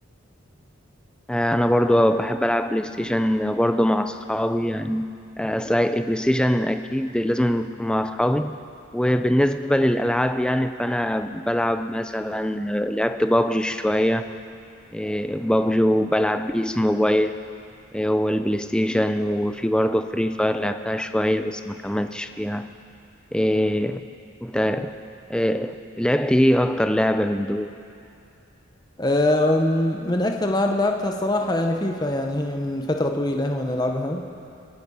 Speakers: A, in the centre; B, on the left.
A: آه، انا برضو بحب العب بلاي ستيشن برضو مع اصحابي يعني آه، اصل البلاي ستيشن اكيد لازم نكون مع اصحابي وبالنسبه للالعاب يعني فانا بلعب مثلا آه، لعبت بابجي شويه آه، بابجي وبلعب بيس موبايل آه، والبلاي ستيشن وفي برضو فري فاير لعبتها شويه بس ما كملتش فيها آه، انت آه، لعبت ايه اكتر لعبه من دول
B: أم، من اكثر الالعاب اللي لعبتها الصراحه يعني فيفا يعني هي من فتره طويله وانا العبها